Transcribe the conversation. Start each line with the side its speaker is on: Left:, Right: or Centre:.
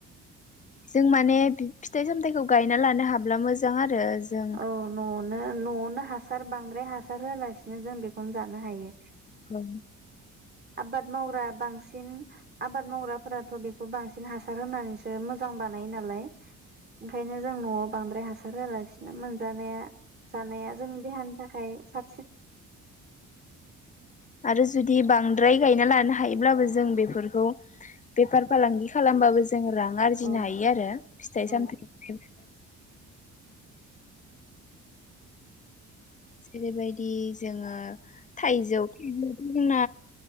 Left: जों माने फिथाइ सामथायाइखौ गायना लानो हाब्ला मोजां आरो जों
Right: औ न'नो न'आवनो हा सार बांद्राय हासार होआलासिनो जों बेखौनो जानो हायो।
Left: औ
Right: आबाद मावग्रा बांसिन आबाद मावग्राफोराथ' बेखौ बांसिन हासार होनानैसो मोजां बानायो नालाय। ओंखायनो जों न'आव बांद्राय हासार होआलासि नो मोनजानाया जानाया जोंनि देहानि थाखाय सा
Left: आरो जुदि बां द्राय गायना लानो हायोब्लाबो जों बेफोरखौ बेफार फालांगि खालामबाबो जों जों रां आरजिनो
Right: औ
Left: हायो आरो फिथाइ
Right: औ
Left: सामथाय निफ्रायबो जेरैबायदि जोङो थाइजौ <unintelligible>